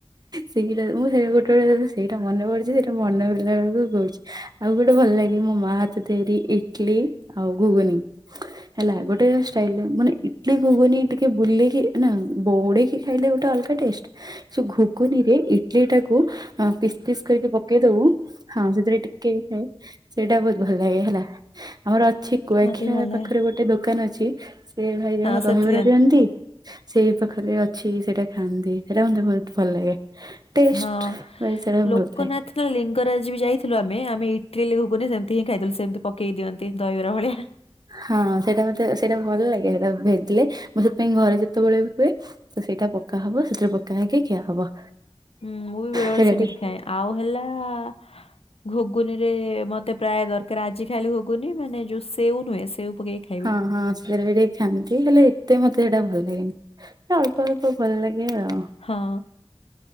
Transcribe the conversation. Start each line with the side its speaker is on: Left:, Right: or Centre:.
Right: ସେଇଟା ମୁଁ ସେଇଟ ଗୋଟେ ବଳେ ସେଇଟା ମନେ ପଡୁଛି ସେଇଟା ମନେ ପଲା ବେଳକୁ କହୁଛି। ଆଉ ଗୋଟେ ଭଲ ଲାଗେ ମୋ ମା ହାତ ତିଆରି ଇଟିଲି ଆଉ ଘୁଗୁନି। ହେଲା ଗୋଟେ ଷ୍ଟାଇଲ ମାନେ ଇଟଲି ଗୁଗୁନି ଟିକେ ବୁଲେଇକି ନା ବୌଡେଇକି ଖାଇଲେ ଗୋଟେ ଅଲଗା ଟେଷ୍ଟ ଘୁନିରେ ଇଟିଲି ପିସ୍ ପିସ୍ କରିକି ପକେଇ ଦବୁ ହଁ ସେଥିରେ ଟିକେ ଖାଏ। ସେଇଟା ବହୁତ ଭଲ ଲାଗେ ହେଲା ଆମର ଅଛି କୁଆଖିଆ
Left: ମତେ ଭଲ ଲାଗେ
Right: ପାଖରେ ଗୋଟେ ଦୋକାନ ଅଛି। ସେ ଭାଇ ଜଣଙ୍କ
Left: ହଁ ସେମିତି
Right: ଦହିବରା ଦିଅନ୍ତି। ସେଇ ପାଖରେ ଅଛି ସେଇଟା ଖାଆନ୍ତି ସେଇଟା ମତେ ବହୁତ ଭଲ ଲାଗେ। ଟେଷ୍ଟ
Left: ହଁ
Right: ର ସେଟା
Left: ଲୋକନାଥ
Right: ଭଲ ଥାଏ।
Left: ନା ଲିଙ୍ଗରାଜ ବି ଯାଇଥିଲୁ ଆମେ, ଆମେ ଏଇଠ୍ ଟିଲି ଘୁଗୁନି ସେମିତି ହିଁ ଖାଇଦେଲୁ, ସେମିତି ପକେଇ ଦିଅନ୍ତି ଦହିବରା ଭଳିଆ।
Right: ହଁ, ସେଇଟା ମତେ ସେଇଟା ଭଲ ଲାଗେ ହେଟା ଭେଦିଲେ, ମୁଁ ସେଥିପାଇଁ ଘରେ ଯେତେବେଳେ ବି ହୁଏ ତ ସେଇଟା ପକା ହବ, ସେଥିରେ ପକା ହେଇକି ଖିଆ ହବ।
Left: ହୁଁ, ମୁଁ ବି ବେଳେ
Right: ସେଇଟା
Left: ବେଳେ ସେମିତି
Right: ଟିକେ
Left: ଖାଏ, ଆଉ ହେଲା-ଆ ଘୁଗୁନି ରେ ମତେ ପ୍ରାୟ ଦରକାର। ଆଜି ଖାଲି ଘୁଗୁନି ମାନେ ଯୋଉ ସେଉ ନୁହେଁ, ସେଉ ପକେଇକି ଖାଇବେ
Right: ହଁ, ହଁ, ସେରାବି ଟିକ୍। ଖାଆନ୍ତି ହେଲେ, ଏତେ ମତେ ହେଇଟା ଭଲ ଲାଗେନି। ସେ ଅଳ୍ପ ଅଳ୍ପ ଭଲ ଲାଗେ ଆଉ।
Left: ହଁ।